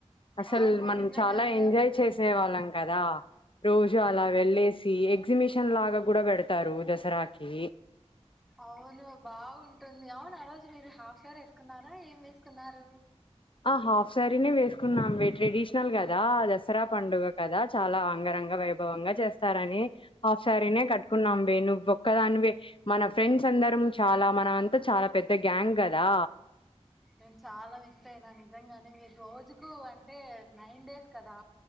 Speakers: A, on the left; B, in the centre.
A: అసలు
B: అవునువే
A: మనం
B: నిజంగానే
A: చాలా ఎంజాయ్ చేసే వాళ్ళం కదా రోజు అలా వెళ్ళేసి ఎగ్జిబిషన్ లాగా కూడా పెడతారు దసరాకి
B: అవును బాగుంటుంది అవును ఆ రోజు మీరు హాఫ్ అన్ అవర్ వేసుకున్నారా ఏం వేసుకున్నారు
A: ఆ హాఫ్ సారీనే వేసుకున్నాం ట్రెడిషనల్ కదా దసరా పండుగ కదా చాలా ఆంగర వైభవంగా చేస్తారని హాఫ్ సార కట్టుకున్నాం ను ఒక్కదాని మన ఫ్రెండ్ అందరం చాలా మన అంతా చాలా పెద్ద గ్యాంగ్ కదా
B: నేను చాలా మిస్ అయినా నిజంగానే మీరు రోజుకు అంటే నైన్ డేస్ కదా